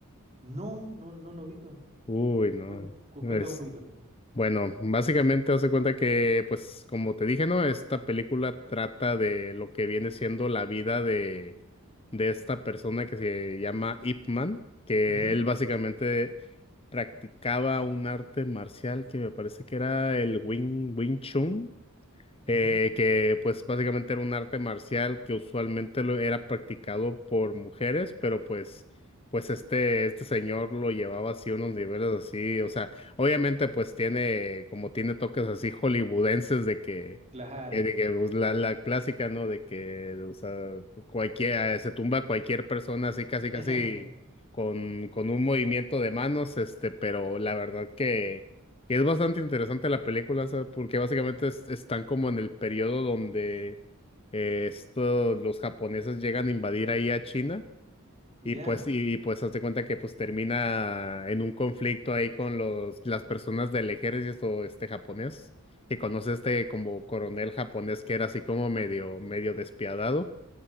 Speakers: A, on the right; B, on the left.
A: No, no, no lo ubico.
B: Uy, no.
A: Cuen- cu-
B: Es,
A: cuéntame un poquito.
B: bueno, básicamente hace cuenta que, pues, como te dije, ¿no? Esta película trata de lo que viene siendo la vida de, de esta persona que se llama Ip Man, que
A: Ujú,
B: él básicamente practicaba un arte marcial que me parece que era el Wing, Wing Chun eh,
A: ujú,
B: que pues básicamente era un arte marcial que usualmente lo era practicado por mujeres, pero pues, pues este, este señor lo llevaba así a unos niveles así, o sea, obviamente pues tiene, como tiene toques así hollywoodenses de que,
A: Claro.
B: eh, de que pues, la, la clásica, ¿no? De que, o sea, cualquiera, se tumba a cualquier persona así casi
A: <laughs>
B: casi con, con un movimiento de manos, este, pero la verdad que que es bastante interesante la película, o sea, porque básicamente es- están como en el periodo donde eh, esto- los japoneses llegan a invadir ahí a China
A: Ya,
B: y pues y, y, pues hazte cuenta que pues termina en un conflicto ahí con los las personas del ejército este japonés que conoce este como coronel japonés que era así como medio medio despiadado